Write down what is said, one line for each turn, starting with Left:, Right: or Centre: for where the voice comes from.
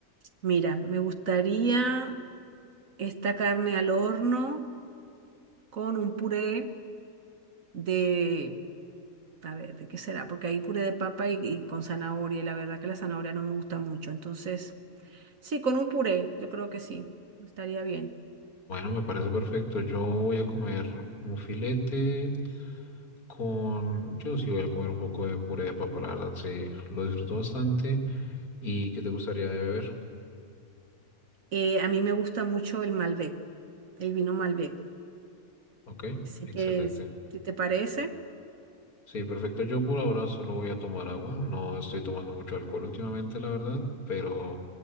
Right: mira, me gustaría esta carne al horno con un puré de, a ver, ¿de qué será? Porque hay puré de papa y, y con zanahoria y la verdad que la zanahoria no me gusta mucho, entonces. Sí, con un puré, yo creo que sí, estaría bien.
Left: Bueno, me parece perfecto. Yo voy a comer un filete con... Yo sí voy a comer un poco de puré de papa, la verdad, sí. Lo disfruto bastante. ¿Y qué te gustaría de beber?
Right: Eh, a mí me gusta mucho el Malbec, el vino Malbec.
Left: Ok,
Right: Así
Left: excelente.
Right: que, si te parece,
Left: Sí, perfecto. Yo por ahora solo voy a tomar agua. No estoy tomando mucho alcohol últimamente, la verdad, pero